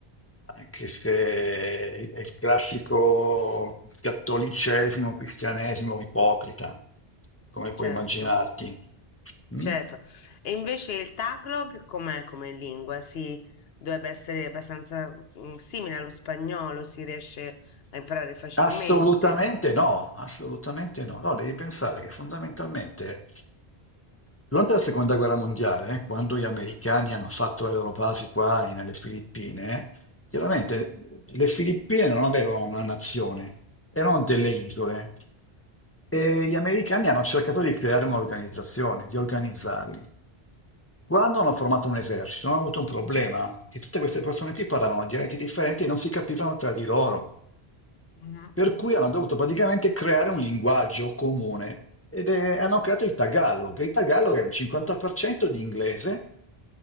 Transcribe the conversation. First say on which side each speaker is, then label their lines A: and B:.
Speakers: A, on the left; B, on the left.
A: anche se è il classico cattolicesimo, cristianesimo ipocrita, come puoi
B: certo.
A: immaginarti. Mm?
B: Certo, e invece il Tagalog com'è come lingua? Si dovrebbe essere abbastanza mm, simile allo spagnolo, si riesce a imparare facilmente,
A: Assolutamente no, assolutamente no. No, devi pensare che fondamentalmente durante la seconda guerra mondiale, quando gli americani hanno fatto le loro basi qua in- nelle Filippine, chiaramente le Filippine non avevano una nazione, erano delle isole e gli americani hanno cercato di creare un'organizzazione, di organizzarli. Quando hanno formato un esercito, hanno avuto un problema, che tutte queste persone qui parlavano dialetti differenti e non si capivano tra di loro.
B: Mhm.
A: Per cui hanno dovuto praticamente creare un linguaggio comune ed è- hanno creato il Tagalog. Il Tagalog è un 50% di inglese,